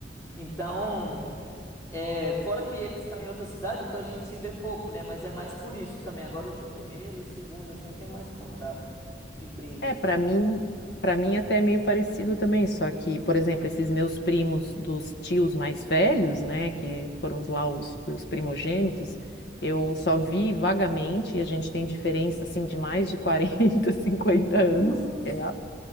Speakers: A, on the left; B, on the left.
A: Então, é, fora que eles estão em outra cidade, então a gente se vê pouco, né? Mas é mais por isso também. Agora os de primeiro e segundo, assim, eu tenho mais contato de primos.
B: É, pra
A: né?
B: mim, para mim até é meio parecido também, só que, por exemplo, esses meus primos dos tios mais velhos, né, que foram os lá os, os primogênitos, eu só vi vagamente, e a gente tem diferença, assim, de mais de <laughs> 40, 50 anos,
A: Putz,
B: é, a-